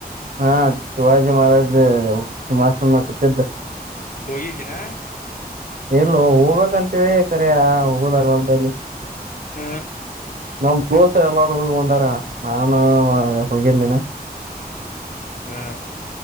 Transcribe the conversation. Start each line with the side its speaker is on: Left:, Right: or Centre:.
Right: ಹಾ ಶಿವಾಜಿ ಮಹಾರಾಜ್ ಹಿಮಾಸಮ ಕತಿದ್ದ
Left: ಹೋಗಿದ್ದಿನ
Right: ಎಲ್ಲ ಹೋಗ್ಬೇಕಂತವಿಕರೆ ಆ ಹೋಗದಾಗ ಹಬಲ್ಲಿ
Left: ಹ್ಮ
Right: ನಮ ಬೋಸ ಎಲ್ಲಾರೂ ಹ ಒಂದಾರ ನಾನು ಹೋಗಿರ್ದೀನ
Left: ಹಾ